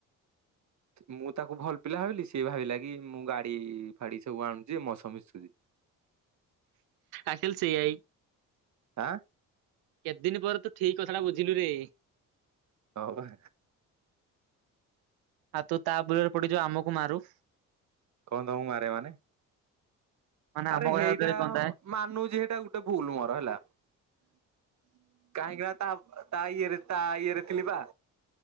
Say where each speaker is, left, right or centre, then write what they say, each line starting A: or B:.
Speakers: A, on the right; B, on the right.
A: ମୁଁ ତାକୁ ଭଲ ପିଲା ଭାବିଲି ସିଏ ଭାବିଲା କି ମୁଁ ଗାଡି ଫାଡି ସବୁ ଆଣୁଛି ମୋ ସହ ମିଶୁଛି।
B: ଆକ୍ଚୃଆଲି ସେଆାଇ
A: ଆଁ
B: କେତେ ଦିନି ପରେ ତୁ ଠିକ୍ କଥାଟା ବୁଝିଲୁରେ?
A: ହଁବା।
B: ଆଉ ତୁ ତା ବୁଲରେ ପଡି ଯୋଉ ଆମକୁ ମାରୁ?
A: କଣ ତମକୁ ମାରେ ମାନେ
B: ମାନେ
A: ଆରେ
B: ଆମ
A: ହେଇଟା
B: କଥା ତତେ ଗନ୍ଧାଏ।
A: ମାନୁଛି ସେଇଟା ଗୋଟେ ଭୁଲ ମୋର ହେଲା। କାହିଁକି ନା ତା ତା ଇଏରେ ତା ଇଏରେ ଥିଲି ବା।